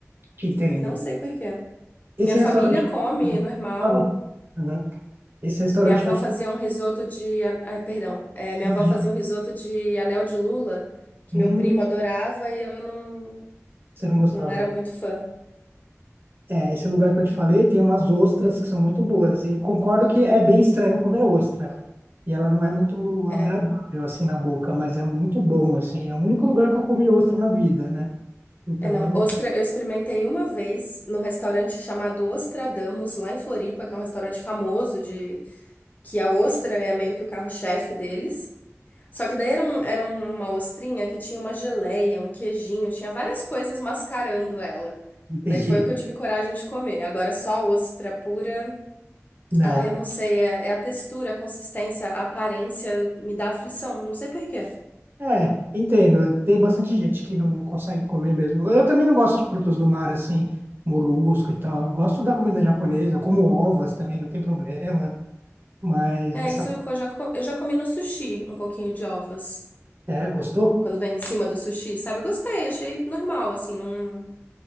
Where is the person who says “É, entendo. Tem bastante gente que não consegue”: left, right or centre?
Right